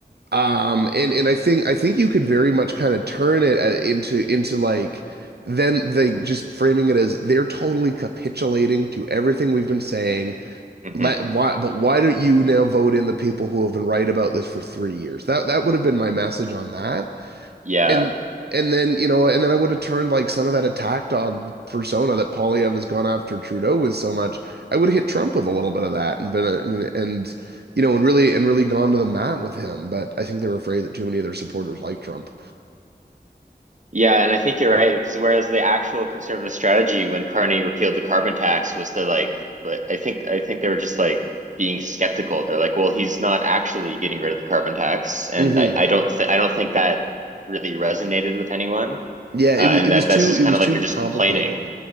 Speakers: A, on the right; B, on the right.
A: Um, and and I think I think you could very much kind of turn it uh, into into like them they just framing it as they're totally capitulating to everything we've been saying.
B: hmm
A: Let why but why don't you now vote in the people who have been right about this for three years? That that would have been my message on that
B: Yeah.
A: and and then you know and then I would have turned like some of that attack dog persona that Polyev has gone after Trudeau with so much I would have hit Trump with a little bit of that and been a, and you know and really and really gone to the mat with him but I think they are afraid that too many of their supporters like Trump
B: Yeah, and I think you're right because whereas the actual conservative strategy when Carney repealed the carbon tax was to like, like I think I think they were just like being skeptical. They're like, well, he's not actually getting rid of the carbon tax, and
A: hmm
B: I, I don't th I don't think that really resonated with anyone,
A: yeah it,
B: uh,
A: wa-
B: and
A: it was
B: that
A: too
B: that's just
A: it
B: kind
A: was
B: of
A: too
B: like you're just
A: complicated
B: complaining.